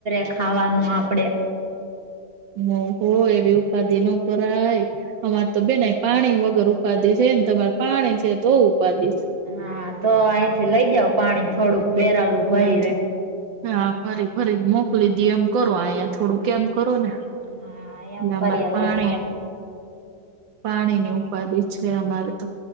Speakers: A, on the right; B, on the right.
A: ત ખાવાનું આપડે.
B: હ હો એવી ઉપાધિ ન કરાય. અમારે તો બેના પાણી વગર ઉપાદી છેને તમારે પાણી છે તો ઉપાદી.
A: હા તો અહીંથી લઈ જાાવ પાણી થોડુંક બેરાલું
B: હા
A: ભરી રે.
B: હા ભરી ભરી મોકલી દ એમ કરો અહીંયા થોડું કેમ કરો ને.
A: હા એમ
B: અમાર
A: કરીએ
B: પાણી
A: તો થાય.
B: પાણીની ઉપાધિ છે અમારે તો.